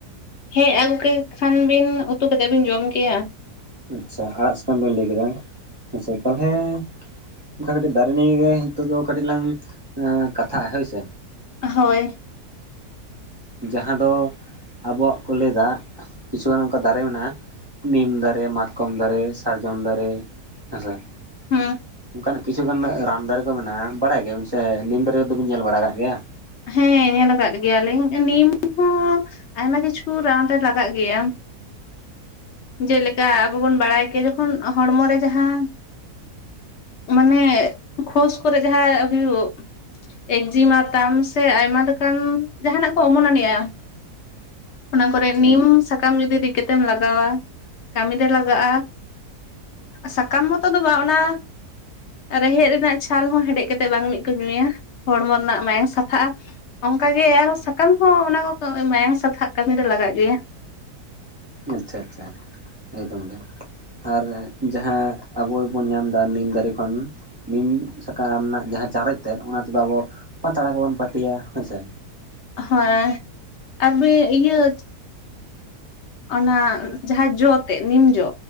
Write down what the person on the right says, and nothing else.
ᱟᱪᱪᱷᱟ ᱟᱲᱟᱜ ᱥᱟᱠᱟᱢ ᱵᱮᱱ ᱞᱟᱹᱭ ᱠᱮᱫᱟ ᱦᱮᱸᱥᱮ ᱛᱟᱦᱚᱞᱮ ᱚᱱᱠᱟ ᱠᱟᱹᱴᱤᱡ ᱫᱟᱨᱮ ᱱᱤᱭᱮ ᱜᱮ ᱱᱤᱛᱚᱜ ᱫᱚ ᱠᱟᱹᱴᱤᱡ ᱞᱟᱝ ᱠᱟᱛᱷᱟᱜ-ᱟ ᱦᱳᱭ ᱥᱮ᱾
ᱡᱟᱦᱟᱸ ᱫᱚ ᱟᱵᱚᱣᱟᱜ ᱠᱚ ᱞᱟᱹᱭᱫᱟ ᱠᱤᱪᱷᱩᱜᱟᱱ ᱚᱱᱠᱟ ᱫᱟᱨᱮ ᱢᱮᱱᱟᱜᱼᱟ ᱱᱤᱢ ᱫᱟᱨᱮ ᱢᱟᱛᱠᱚᱢ ᱫᱟᱨᱮ ᱥᱟᱨᱡᱚᱢ ᱫᱟᱨᱮ ᱦᱮᱸ ᱥᱮ᱾
ᱚᱱᱠᱟᱱᱟᱜ ᱠᱤᱪᱷᱩᱜᱟᱱ ᱨᱟᱱ ᱫᱟᱨᱮ ᱠᱚ ᱢᱮᱱᱟᱜᱼᱟ᱾ ᱵᱟᱲᱟᱭ ᱜᱮᱭᱟ ᱵᱤᱱ ᱥᱮ ᱱᱤᱢ ᱫᱟᱨᱮ ᱫᱚ ᱵᱤᱱ ᱧᱮᱞ ᱵᱟᱲᱟ ᱟᱠᱟᱫ ᱜᱮᱭᱟ?
ᱦᱳᱭ
ᱟᱪᱪᱷᱟ ᱪᱷᱟ ᱮᱠᱫᱚᱢ ᱜᱮ᱾ ᱟᱨ ᱡᱟᱦᱟᱸ ᱟᱵᱚ ᱵᱚᱱ ᱧᱟᱢ ᱫᱟ ᱱᱤᱢ ᱫᱟᱨᱮ ᱠᱷᱚᱱ᱾ ᱱᱤᱢ ᱥᱟᱠᱟᱢ ᱱᱟᱜ ᱡᱟᱦᱟᱸ ᱪᱟᱨᱮᱡ ᱛᱮᱫ, ᱚᱱᱟ ᱛᱮᱫᱚ ᱟᱵᱚ ᱯᱟᱛᱲᱟ ᱠᱚᱵᱚᱱ ᱯᱟᱹᱴᱤᱭᱟ ᱦᱮᱸ ᱥᱮ᱾